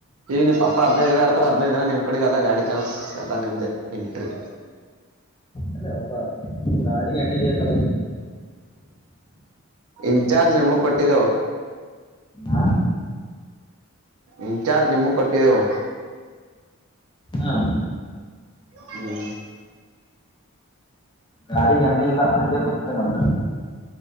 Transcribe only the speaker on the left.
ಅಲ್ಲೇಪ್ಪಾ ಗಾಡಿಗ ಎಣ್ಣಿ ಬೇಕಲ್ಲ.
ಹಾ
ಹಾ
ಗಾಡಿಗ ಎಣ್ಣಿ ಇಲ್ಲ ಹಂಗೆ ಕೂತ್ತ ನೋಡ.